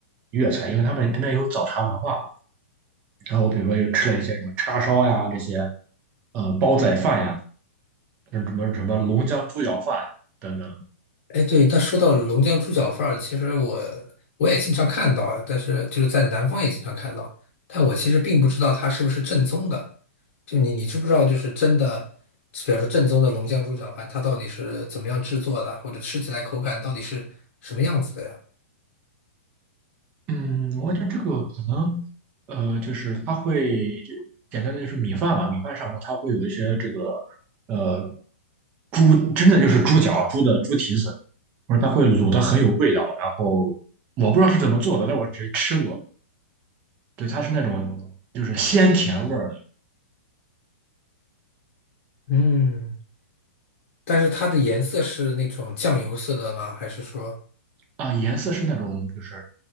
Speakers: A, on the right; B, on the left.
A: 粤菜，因为他们那边有早茶文化，然后我比如说又吃了一些什么叉烧呀，这些，呃，煲仔饭呀，什么什么什么龙江猪脚饭等等。
B: 哎，对，那说到龙江猪脚饭儿，其实我我也经常看到啊，但是就是在南方也经常看到，但我其实并不知道它是不是正宗的。就你你知不知道，就是真的，比方说正宗的龙江猪脚饭，它到底是怎么样制作的，或者吃起来口感到底是什么样子的呀？
A: 嗯，我觉得这个可能，呃，就是它会就简单的就是米饭嘛，米饭上面它会有一些这个，呃，猪真的就是猪脚、猪的猪蹄子，或者它会卤的很有味道。然后我不知道是怎么做的，但我只是吃过，对，它是那种就是鲜甜味儿的
B: 嗯，但是它的颜色是那种酱油色的吗？还是说
A: 啊，颜色是那种就是